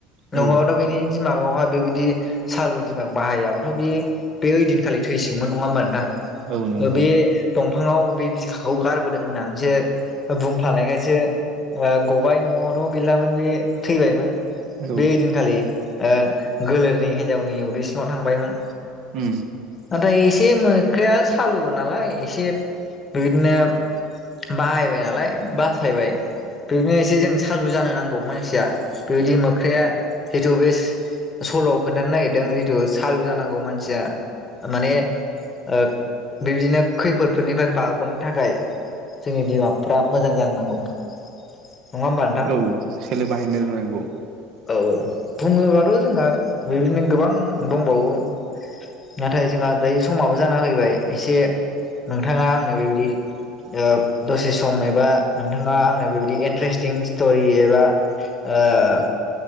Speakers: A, on the left; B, on the right.
A: नङाबाथ'
B: औ
A: बिनि दिमागावहाय बेबायदि सालु दिमाग बाहायाबाथ' बे बे ओइदिनखालि थैसिगौमोन नङा होमबा नोंथां
B: औ नंगौ
A: बे दंफाङाव बे बिखाखौ गारबोदों होननानैसो बुंफ्लानायखायसो गबाय न'आवथ' गैलामोन बे थैबायमोन
B: औ
A: बे ओइदिनखालि ओ गोलेरनि हिनजावनि उदैसिङाव थांबायमोन
B: उम
A: नाथाय एसे मोख्राया सालुबो नालाय एसे बेबायदिनो बाहायबाय नालाय बासायबाय बेनो एसे जों सालु जानो नांगौ मानसिया बेबायदि मोख्राया जितु बे सल'आव खोन्थानो नागिरदों जिथु सालु जानांगौ मानसिया माने ओ बेबायदिनो खैफोदफोरनिफ्राय बारग'नो थाखाय जोंनि बिमाफ्रा मोजां जानो नांगौ नङा होमबा नोंथां
B: औ सोलो बाहायनो रोंनांगौ
A: औ औ बुङोबाथ' जोंहा बेबादिनो गोबां दंबावो नाथाय जोंहा दायो समाबो जाना फैबाय एसे नोंथाङा आंनो बेबायदि ओ दसे सम एबा नोंथाङा आंनो बेबायदि इन्ट्रेस्टिं स्ट'रि एबा ओ